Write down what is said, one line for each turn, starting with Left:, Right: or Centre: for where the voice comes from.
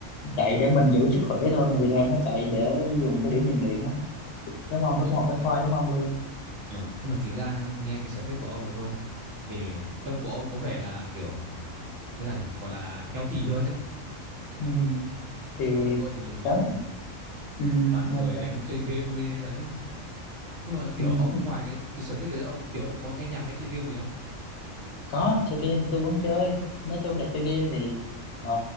Left: chạy để mình giữ sức khỏe thôi mà thì ra nó chạy để dùng cái điểm rèn luyện nó đúng không
Right: nhưng
Left: nó
Right: mà
Left: cũng học bách
Right: chính
Left: khoa giống ông luôn
Right: Ờ, nhưng mà chính ra nhé, nghe cái sở thích của ông với tôi thì trông của ông có vẻ là kiểu thế là nhỉ gọi là healthy hơn ấy
Left: ừ. thì
Right: thôi tôi thì
Left: cháu ừ.
Right: toàn
Left: ok.
Right: ngồi đánh chơi game với đấy nhưng mà kiểu
Left: Ừ.
Right: ông ngoài cái cái sở thích đấy ông kiểu ông có nghe nhạc hay chơi game gì không
Left: có chơi game thì tôi vẫn chơi nói chung là chơi game thì ờ,